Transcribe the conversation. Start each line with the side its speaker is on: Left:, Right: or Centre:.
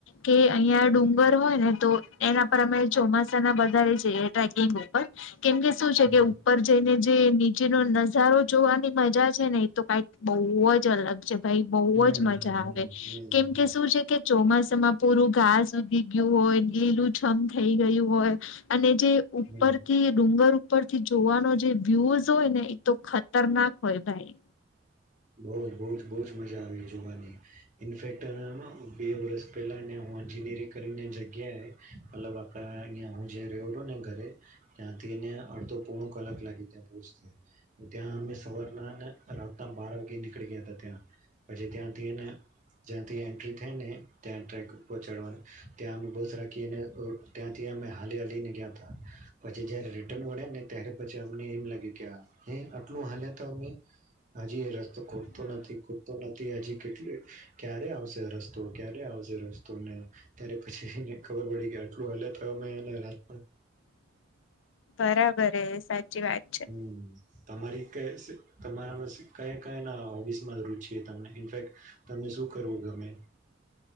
Left: કે અહિયાં ડુંગર ર હોય ને તો એના પર અમે ચોમાસા ના વધારે જઈએ ટ્રેકિંગ ઉપર કેમકે શું છે
Right: હમ
Left: કે ઉપર જઈને જે નીચેનો નજારો જોવાની મજા છે ને એ તો કઈક બહુ જ અલગ છે ભાઈ બહુ
Right: હમ
Left: જ મજા આવે
Right: હમ
Left: કેમ કે શું છે કે ચોમાસામાં પૂરું ઘાસ સુી ગયું હોય લીલું છમ થઈ ગયું હોય અને જે ઉપરથી
Right: હમ હમ
Left: ડુંગર ઉપરથી જોવાનો જે વ્યુઝ હોય ને એતો ખતરનાક હોય ભાઈ
Right: બ બ જ બહ જ મજા આવી જોવાની ઇનફેક્ટ બે વર્ષ પહેલા હ એન્જીિનિયરિંગ કરીને જગ્યાએ મતલબ આપણા અહીયા હું જે રહ્યો રહું ને ઘરે ત્યા ને અડધો પોણ કલાક લાગી ત્યાં પહોંચતા ત્યાં અ સવરનાને રાતના બાર વાગે નીકળી ગયા હતા ત્યાં પછી ત્યાંથીને જ્યાં ત્યાં એન્ટ્રી થાય ને ત્યાં ટ્રેક ઉપોચાડવાનું ત્યાં અમે બસ રાખીને ત્યાં ત અમે હાલી હાલીને ગયા હતા પછી જય્યારે રિટર્ન વળ્યા ને ત્યારે પછી અમને એમ લાગ્યું કે હ આટલું હાલે તો અમે હજી એ રસ્તો ખૂટતો નથી ખૂટતો નથી તે હજી કેટલી ક્યારે આવશે રસ્તો ક્યારે આવશે રસ્તોને ત્યારે પછી ખબર પડી કે આટલું હા થયો મેંને રાત
Left: <inaudible> બરાબર હ સાચી વાત છે.
Right: હમ તમારી ક્યાં તમારા કયા કયા ના હોબીસમાં રુચિ તમને ઇનફેક તમને શું કરવું ગમે